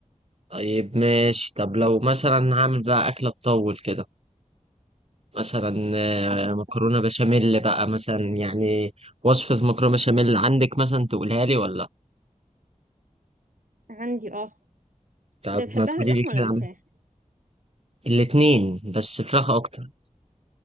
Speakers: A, on the right; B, on the right.
A: طيب ماشي طب لو مثلا هعمل بقى اكله تطول كده مثلا آه،
B: أكلة
A: مكرونة
B: بتاعة
A: بشاميل بقى مثلا يعني وصفة مكرونة بشاميل عندك مثلا تقولها لي ولا لأ؟
B: عندي اه
A: طب
B: انت بتحبها
A: ما تقولي
B: باللحمة
A: لي كده
B: ولا بالفراخ؟
A: عن- الاتنين بس فراخ أكتر